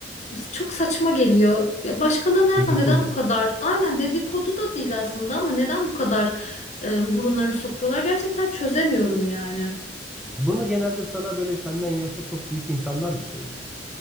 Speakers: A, on the left (about 40°); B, in the centre.
A: Çok saçma geliyor. Ya başkalarına
B: Dedikodu.
A: yapma neden bu kadar? Aynen dedikodu da değil aslında ama neden bu kadar e, burunlarını sokuyorlar? Gerçekten çözemiyorum yani.
B: Bunu genelde sana böyle senden yaşça çok büyük insanlar mı söylüyor?